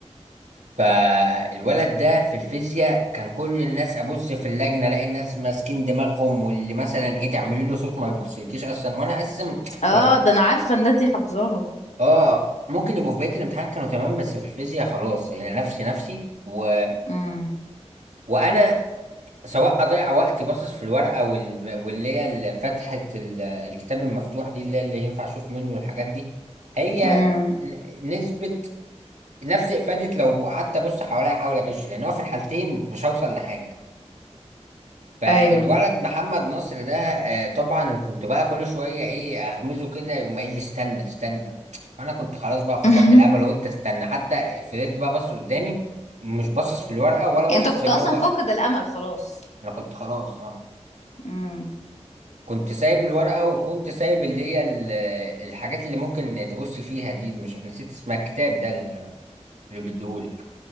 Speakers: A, on the right; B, on the left.
A: فالولد ده في الفيزياء كان كل الناس ابص في اللجنه الاقي الناس ماسكين دماغهم واللي مثلا ايه تعملين له صوت ما يبصلكيش اصلا وانا اقسم
B: آه،
A: ما في
B: ده انا عارفة الناس دي حافظاها
A: اه ممكن يبقوا في بقيه الامتحان كانوا تمام بس في الفيزياء خلاص يعني نفسي نفسي و...
B: امم
A: وانا سواء اضيع وقتي باصص في الورقه وال... واللي هي ال- فتحه ال... الكتاب المفتوح دي اللي اللي ينفع اشوف منه الحاجات دي هي
B: امم
A: نسبة نفس افادة لو قعدت ابص حواليا احاول اغش لان هو في الحالتين مش هوصل لحاجه فالولد
B: ايوه
A: محمد نصر ده آه، طبعا كنت بقى كل شويه ايه اغمزه كده يقوم قايل لي استنى استنى انا كنت خلاص بقى فقدت
B: <laughs>
A: الامل وقلت استنى حتى فضلت بقى بص قدامي مش باصص في الورقه ولا باصص
B: انت كنت
A: في اللي
B: اصلا
A: هو
B: فاقد الامل خلاص
A: انا كنت خلاص اه
B: امم
A: كنت سايب الورقه وكنت سايب اللي هي ال- الحاجات اللي ممكن تبص فيها دي مش نسيت اسمها الكتاب ده اللي بيديهولي